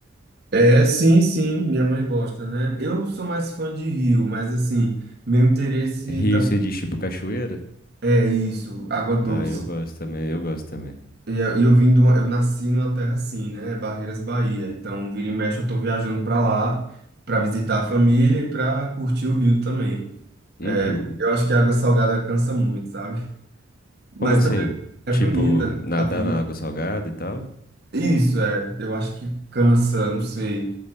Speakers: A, on the right; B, on the left.
A: É, sim, sim, minha mãe gosta, né? Eu sou mais fã de Rio, mas assim, meu interesse
B: Rio seria tipo cachoeira?
A: É isso, água doce.
B: Ah, eu gosto também, eu gosto também.
A: E eu, e eu vim de uma- eu nasci numa terra assim, né? Barreiras, Bahia. Então, vira e mexe, eu tô viajando pra lá pra visitar a família e pra curtir o Rio também.
B: Uhum.
A: É, eu acho que a água salgada cansa muito, sabe? <laughs> Mas
B: Como assim?
A: também é
B: Tipo,
A: bonita
B: nadar
A: a vida.
B: na água salgada e tal?
A: Isso é, eu acho que cansa, não sei.